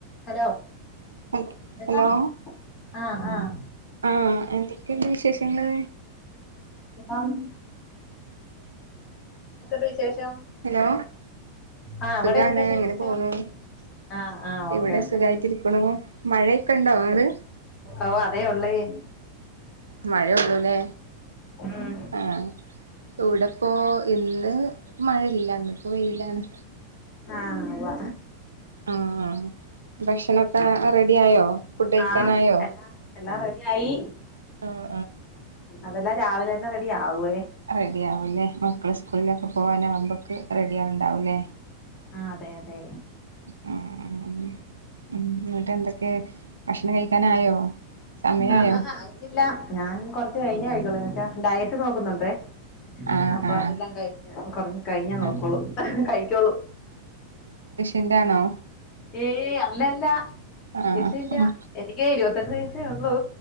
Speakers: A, on the left; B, on the right.
A: ഹലോ
B: ഹ
A: കേൾക്കാമോ
B: ഹലോ
A: ആഹ് ആഹ്
B: ആഹ് എന്തൊക്കെയോണ്ട് വിശേഷങ്ങള്
A: സുഖം എന്തക്കെണ്ട് വിശേഷം
B: ഹലോ
A: ആഹ് അവിടെ
B: സുഖാണ്
A: എന്തൊക്കെയുണ്ട് വിശേഷം
B: ങ്ങനെ പോണു
A: ആഹ് ആഹ്
B: ഇവിടെ
A: ഓക്കെ ഓക്കെ
B: സുഖമായിട്ടിരിക്കണു മഴക്കെ ഇണ്ടോ അങ്ങട്
A: ഓഹ് അതേ ഒള്ളേയ്
B: മഴേ ഉള്ളൂല്ലേ
A: ഉം
B: ആഹ് ഇവിടെപ്പോ ഇന്ന് മഴല്ല ഇന്ന്പ്പോ വെയിലാണ്
A: ആഹ് ഉവ്വ
B: ആഹ് ഭക്ഷണൊക്കെ റെഡി ആയോ ഫുഡ് കഴിക്കാനായോ?
A: ആഹ് എല്ലാം എല്ലാം റെഡി ആയി
B: ആഹ്
A: അതെല്ലാം രാവിലെ തന്നെ റെഡി ആവോ
B: റെഡി ആവൂലേ മക്കള് സ്കൂളിലൊക്കെ പോവാനാകുമ്പക്ക് റെഡി ആവുണ്ടാവൂല്ലേ
A: ആഹ് അതെ അതെ
B: ആഹ് ആഹ് ഉം എന്നിട്ട് എന്തൊക്കെ ഭക്ഷണം കഴിക്കാനായോ? സമയായോ
A: അ ആഹ് ആയിട്ടില്ല ഞാൻ കൊറച്ച് കഴിഞ്ഞെ കഴിക്കോളൂ ന്നെച്ചാ ഡയറ്റ് നോക്കുന്നുണ്ടേ
B: ആഹ്
A: അപ്പൊ
B: ആഹ്
A: അതെല്ലാം കഴിഞ്ഞ കൊറഞ്ഞ കഴിഞ്ഞ നോക്കോളൂ
B: ആഹ്
A: കഴിക്കോളൂ
B: എന്റാണോ
A: ഏയ് അല്ലല്ല
B: ആഹ്
A: ഇല്ലല്ല
B: ഉം
A: എനിക്ക് ഇരുപത്തെട്ട് വയസേ ഉള്ളു